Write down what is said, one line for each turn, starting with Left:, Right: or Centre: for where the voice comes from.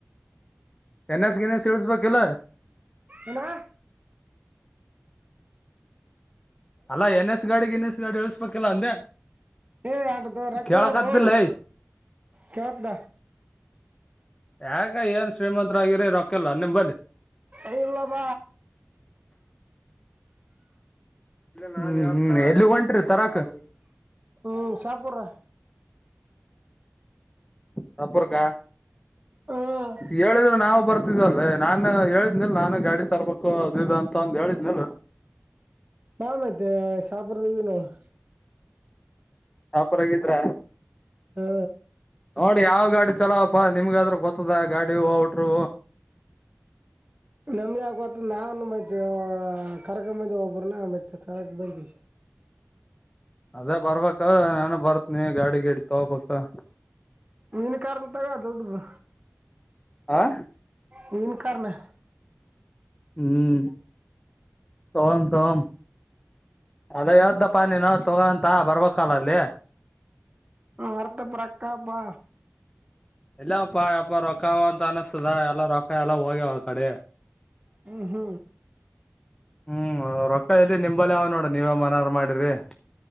Left: ಎನ್ ಎಸ್ ಗಿನಿಸ್ ಇಳಿಸಿಬೇಕಿಲ್ಲ
Right: ಏನಾ
Left: ಅಲ್ಲಾ ಎನ್ ಎಸ್ ಗಾಡಿ ಗಿನಿಸ್ ಗಾಡಿ ಇಳಿಸಬೇಕಿಲ್ಲ ಅಂದೇ
Right: ಏ ಅದು ರೊಕ್ಕಿಲ್ಲ
Left: ಕೇಳಾಕದಿಲ್ಲೆ
Right: ಬೋ ಕೇಳ್ದ
Left: ಯಾಕ ಏನ್ ಶ್ರೀಮಂತರಾಗಿರಿ ರೊಕ್ಕಯಿಲ್ಲ ನಿಂಬದಿ
Right: ಅವೊಬ
Left: ಹ್ಮ ಹ್ಮ ಎಲ್ಲಿಗೆ ಹೊಂಟ್ರಿ ತರಾಕ್
Right: ಹ್ಮ್ ಸಪುರ್
Left: ಸಪುರ್ಕ
Right: ಹ್ಮ್
Left: ಹೇಳಿದ್ರೆ ನಾವು ಬರ್ತ ಗತಲ್ಲೇ ನಾನ್ ಹೇಳಿದ್ನಲ್ ನಾನು ಗಾಡಿ ತರಬೇಕು ಅದು ಅಂತ ಒಂದು ಹೇಳಿದ್ನಲ್
Right: ಬಾ ಮತ್ತೆ ಸಪೂರಕ್ಕೆ ನೀನು ಮತ್
Left: ಸಪೂರಕಿದ್ರ
Right: ಹ್ಮ
Left: ನೋಡಿ ಯಾವ ಗಾಡಿ ಚಲೋಪ್ಪ ನಿಮ್ಗ ಆದ್ರ ಗೊತ್ತದ ಗಾಡಿ ಔಟರ್
Right: ನಮ್ಗೆ ಗೊತ್ತಿಲ್ಲ ಮತ್ತೆ ಕರಗಂಬಂದಿ ಒಬ್ಬನ್ನ ಮತ್ತೆ ಕರಕ್ ಬಂದಿವವಿ
Left: ಅದೇ ಬರ್ಬೇಕ ನಾನು ಬರ್ತ್ನಿ ಗಾಡಿ ಗೀಡಿ ತಗೋಬೇಕು
Right: ಮಿನಿ ಕಾರ್ ತಕೊ ದೊಡ್ಡದು
Left: ಆ
Right: ಮೀನೀ ಕಾರನೇ
Left: ಹ್ಮ್ ತಕೊ ತಕೊ ಅದೇ ಹೇಳಿದ್ನಪ್ಪಾ ನೀನು ತಕೊ ಅಂತ ಬರ್ಬೇಕಲ್ಲ ಅಲ್ಲಿ
Right: ಸುರಪುರಕ್ಕೆ ಬಾ
Left: ಇಲ್ಲಪ್ಪಾಯಪ್ಪ ರೊಕ್ಕ ಅವ ಅಂತ ಅನಿಸ್ತದ ಎಲ್ಲ ರೊಕ್ಕ ಎಲ್ಲ ಹೋಗ್ಯವ ಆತಗೆ
Right: ಹ ಹ್ಮ
Left: ಹ್ಮ್ ರೊಕ್ಕ ಎಲ್ಲಿ ನಿಂಬಲ್ ಅವಾ ನೋಡ ನೀವ್ ಮನರ್ ಮಾಡಿರಿ